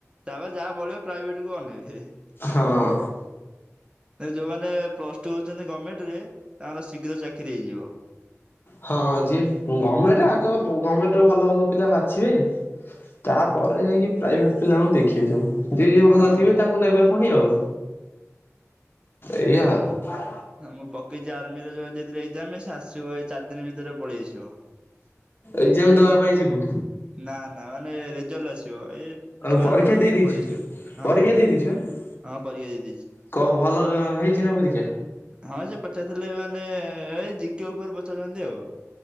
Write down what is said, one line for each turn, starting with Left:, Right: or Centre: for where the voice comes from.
Right: ତାପରେ ଯାହା ବଳିବ ପ୍ରାଇଭେଟ୍ କୁ ଅନେଇବେ। ଏବେ
Left: ହଁ
Right: ଯଉମାନେ ପ୍ଲସ୍ ଟୁ ପଢୁଚନ୍ତି ଗମେଣ୍ଟ୍ ରେ ତାଙ୍କର ଶୀଘ୍ର ଚାକିରି ହେଇଯିବ।
Left: ହଁ ଯିଏ ଗମେଣ୍ଟେ ଆଗ ଗମେଣ୍ଟ୍ ରୁ ଭଲ ଭଲ ପିଲା ବାଛିବେ ତାପରେ ଯାଇଁକି ପ୍ରାଇଭେଟ୍ ପିଲାଙ୍କୁ ଦେଖିବେ ସବୁ। ଯିଏ ଯିଏ ଭଲ
Right: ହଁ
Left: ଥିବେ
Right: ବା।
Left: ତାଙ୍କୁ ନେବେ ପୁଣି ଆଉ ଏଇଆ ଆଉ।
Right: ହଁ ମୁଁ ପକେଇଚି ଆର୍ମି ର ଯଉ <unintelligible> ଆସିବ ଏଇ ଚାରି ଦିନ୍ ଭିତରେ ପଳେଇଆସିବ।
Left: ଏକ୍ଜାମ୍ ଦବା ପାଇଁ ଯିବୁ?
Right: ନା -ନା ମାନେ ରେଜଲ୍ଟ ଆସିବ ଏଇ
Left: କଣ
Right: ଶହେ
Left: ପରୀକ୍ଷା
Right: ସାତ ଦିନ
Left: ଦେଇ
Right: ଭିତରେ
Left: ଦେଇଚୁ
Right: ପଳେଇ ଆସିବ।
Left: -ପରୀକ୍ଷା
Right: ହଁ
Left: ଦେଇ ଦେଇଚୁ -ଆଁ?
Right: ହଁ ପରୀକ୍ଷା ଦେଇଦେଇଚି।
Left: କଣ୍ ଭଲ ହ-ହେଇଚି ନା ପରୀକ୍ଷା?
Right: ହଁ ସେ ପଚାରିଥିଲେ ମାନେ ଏଇ ଜି କେ ଉପରେ ପଚାରୁଚନ୍ତି ଆଉ।